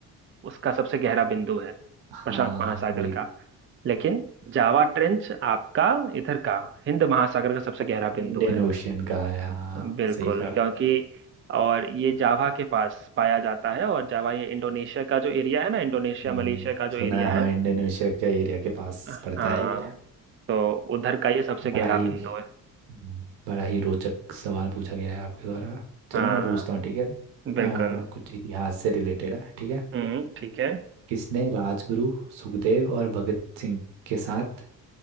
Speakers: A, on the right (about 30°); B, on the right (about 80°).
A: उसका सबसे गहरा बिंदु है
B: हाँ
A: प्रशांत महासागर
B: वही
A: का लेकिन जावा ट्रेंच आपका इधर का हिंद महासागर का सबसे गहरा
B: इंडियन
A: बिंदु है
B: ओशियन का है हाँ
A: बिल्कुल
B: सही कहा
A: क्योंकि और ये जावा के पास पाया जाता है और जावा ये इंडोनेशिया का जो एरिया है ना इंडोनेशिया
B: हम्म,
A: मलेशिया का जो
B: सुना
A: एरिया
B: है हाँ
A: है
B: इंडोनेशिया के एरिया के पास
A: हाँ
B: पड़ता है ये
A: तो उधर का ये सबसे
B: बड़ा
A: गहरा
B: ही
A: बिंदु है
B: हम्म, बड़ा ही रोचक सवाल पूछा गया है आपके द्वारा चलो
A: हाँ
B: मैं पूछता हूँ ठीक है
A: बिल्कुल
B: अ, कुछ इतिहास से रिलेटेड है ठीक है
A: हम्म ठीक है
B: किसने राजगुरु सुखदेव और भगत सिंह के साथ